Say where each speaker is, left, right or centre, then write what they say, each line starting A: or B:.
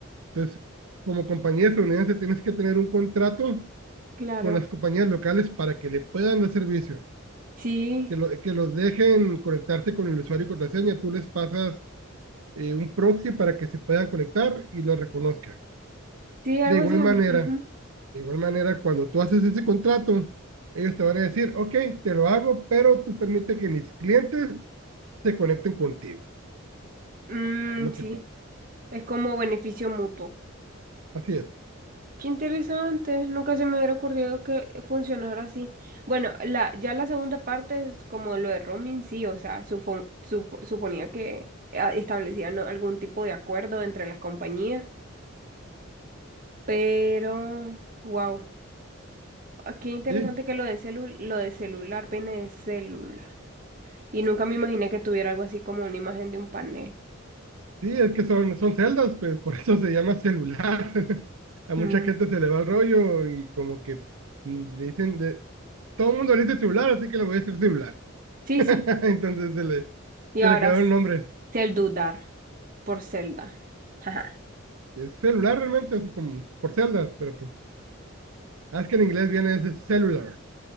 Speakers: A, on the right (about 80°); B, on the right (about 40°).
A: Entonces, como compañía estadounidense, tienes que tener un contrato
B: claro.
A: con las compañías locales para que le puedan dar servicio.
B: Sí,
A: que, lo, que los dejen conectarse con el usuario y contraseña, tú les pasas eh, un proxy para que se puedan conectar y lo reconozca.
B: sí, algo
A: De igual
B: así. ujú.
A: manera, de igual manera, cuando tú haces ese contrato, ellos te van a decir, ok, te lo hago, pero tú permite que mis clientes se conecten contigo.
B: Mm,
A: Es lo
B: sí,
A: que pasa.
B: es como beneficio mutuo.
A: Así es.
B: Qué interesante, nunca se me hubiera ocurrido que funcionara así. Bueno, la, ya la segunda parte es como lo de roaming, sí, o sea, supon- supo- suponía que ah, establecían ¿no? algún tipo de acuerdo entre las compañías, pero, wow, qué interesante
A: Sí,
B: que lo de celu- lo de celular viene de célula. Y nunca me
A: sí,
B: imaginé que tuviera algo así como una imagen de un panel.
A: sí es que son, son celdas, pues por eso se llama celular. <laughs> a mucha
B: Mm.
A: gente se le va el rollo y como que mm, le dicen, de, todo el mundo le dice celular, así que le voy a decir celular. <laughs>
B: Sí, sí.
A: Entonces se le,
B: Y
A: se
B: ahora
A: le quedó el nombre.
B: Celdudar por celda Ajá.
A: Es celular realmente, así como por celda, pero pues, ah, es que en inglés viene ese celular.